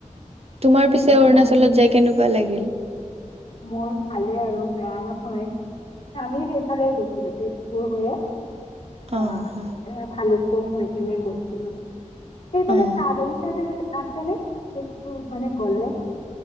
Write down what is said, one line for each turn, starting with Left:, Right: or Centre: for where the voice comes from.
Right: তোমাৰ
Left: এনে
Right: পিছে
Left: বেয়া
Right: অৰুণাচলত
Left: নহয়
Right: যাই কেনেকুৱা লাগিল
Left: মোৰ ভালেই আৰু বেয়া নহয় হয় আমি সেইফালে গৈছিলো তেজপুৰ হৈয়ে অ
Right: অঁ হয়
Left: এ ভালে অ হয় এনে গৈছিলো সেইফালে
Right: অঁ
Left: চাহ বাগিচা আছে নে তেজপুৰ ফালে গলে